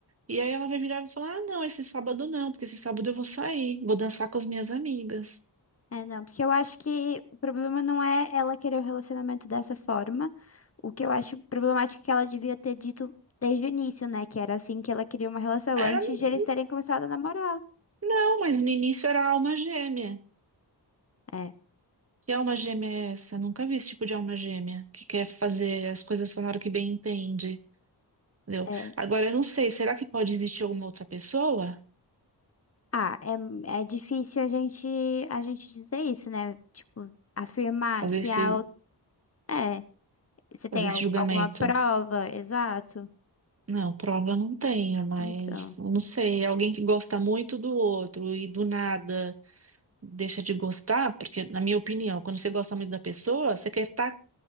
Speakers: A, on the right; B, on the left.
A: E aí ela vai virar e falar: ah, não, esse sábado não, porque esse sábado eu vou sair, vou dançar com as minhas amigas.
B: É, não, porque eu acho que o problema não é ela querer o relacionamento dessa forma. O que eu acho problemático é que ela devia ter dito desde o início, né? Que era assim que ela queria uma relação,
A: É,
B: antes
A: né?
B: de eles terem começado a namorar.
A: não, mas no início era alma gêmea.
B: É,
A: Que alma gêmea é essa? Nunca vi esse tipo de alma gêmea que quer fazer as coisas só na hora que bem entende. Entendeu?
B: é.
A: Agora, eu não sei, será que pode existir alguma outra pessoa
B: Ah, é, é difícil a gente, a gente dizer isso, né? Tipo, afirmar
A: fazer
B: que
A: esse,
B: a outra. É, você tem
A: fazer esse
B: al-
A: julgamento?
B: alguma prova? Exato.
A: Não, prova eu não tenho, mas
B: Então.
A: eu não sei. É Alguém que gosta muito do outro e do nada deixa de gostar, porque, na minha opinião, quando você gosta muito da pessoa, você quer estar